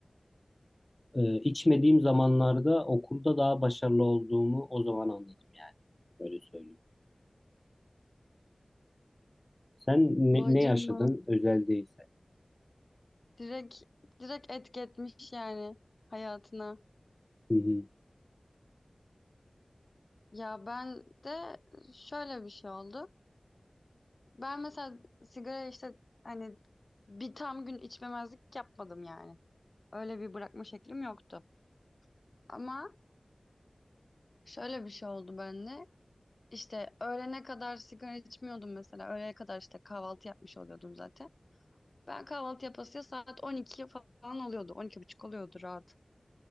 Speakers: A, on the left (about 25°); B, on the left (about 55°).
A: e, içmediğim zamanlarda okulda daha başarılı olduğumu o zaman anladım yani. Öyle söyleyeyim. Sen ne,
B: Vay
A: ne
B: canına.
A: yaşadın özel değilse?
B: Direkt, direkt etki etmiş yani hayatına.
A: Hı hı,
B: Ya ben de şöyle bir şey oldu. Ben mesela sigara işte hani bir tam gün içmemezlik yapmadım yani. Öyle bir bırakma şeklim yoktu. Ama şöyle bir şey oldu bende. İşte öğlene kadar sigara içmiyordum mesela. Öğlene kadar işte kahvaltı yapmış oluyordum zaten. Ben kahvaltı yapasıya saat 12 falan oluyordu. 12 buçuk oluyordu rahat.